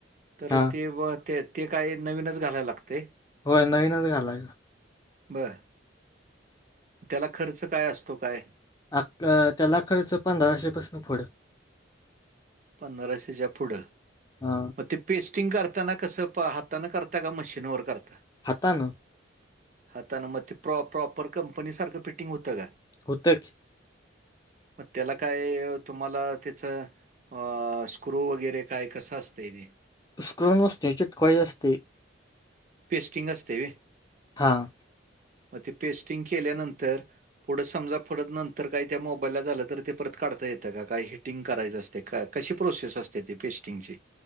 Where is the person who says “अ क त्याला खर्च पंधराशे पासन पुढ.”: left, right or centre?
Left